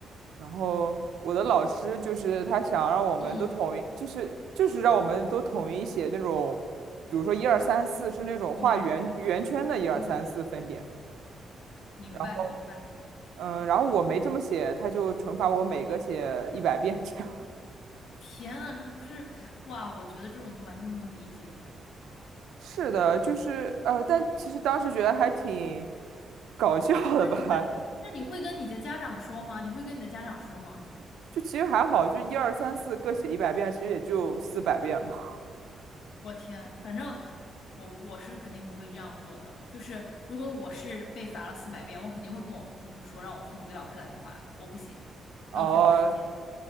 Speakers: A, on the right; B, on the left.
A: 然后我的老师就是他想让我们都统一，
B: 嗯，
A: 就是就是让我们都统一写那种，比如说一二三四是那种画圆圆圈的一二三四分点。
B: 明白，嗯，明白，
A: 然
B: 明白。
A: 嗯，然后我没这么写，他就惩罚我每个写一百遍这样。
B: 天呐，这不是，哇，我觉得这种都完全不能理解。
A: <laughs> 是的，就是呃，但其实当时觉得还挺搞笑的吧，
B: 那你会，那你会跟你的家长说吗？你会跟你的家长说吗？
A: 就其实还好，就一二三四各写一百遍，其实也就四百遍嘛。
B: 我天，反正我我是肯定不会这样做的。就是如果我是被罚了四百遍，我肯定会跟我父母说，让我父母给老师打电话，我不写，
A: 哦、
B: 浪费我时间。